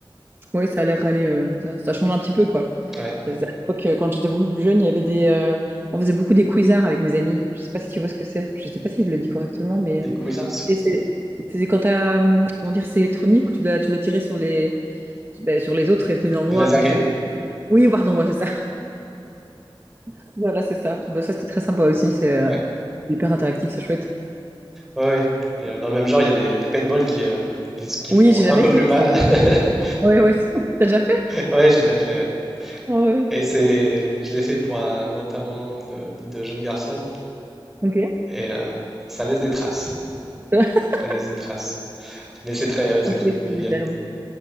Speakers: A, on the right; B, in the centre.
A: Oui, ça a l'air d'aller. euh, ça, ça change un petit peu, quoi.
B: Ouais.
A: À l'époque, euh, quand j'étais beaucoup plus jeune, il y avait des, euh, on faisait beaucoup des quizards avec mes amis. Je sais pas si tu vois ce que c'est. Je sais pas si je le dis correctement, mais
B: Des
A: euh,
B: quizards, c'est-
A: c'est c'est- c'est quand t'as, hum, comment dire, c'est électronique où tu dois, tu dois tirer sur les, ben, sur les autres et t'es dans le
B: les
A: noir
B: laser
A: absolu.
B: games.
A: Oui, pardon, ouais, c'est ça. <laughs> Voilà, c'est ça. Ben, ça, c'était très sympa aussi. C'est euh,
B: Ouais,
A: hyper interactif, c'est chouette.
B: ouais, ouais. Et, euh, dans le même genre, il y a les, les paintball qui, euh, qui, s- qui
A: Oui,
B: font
A: j'ai jamais
B: un peu
A: essayé
B: plus mal.
A: ça encore.
B: <laughs>
A: Oui, oui. <laughs> T'as déjà fait?
B: Ouais, j'ai déjà fait. ouais.
A: Oui, oui.
B: Et c'est, je l'ai fait pour un enterrement de, de jeune garçon
A: Ok.
B: et euh, ça laisse des traces.
A: <laughs>
B: Ça laisse des traces. Mais c'est très, ouais, c'est
A: Dans
B: très
A: tous les
B: convivial.
A: sens du terme.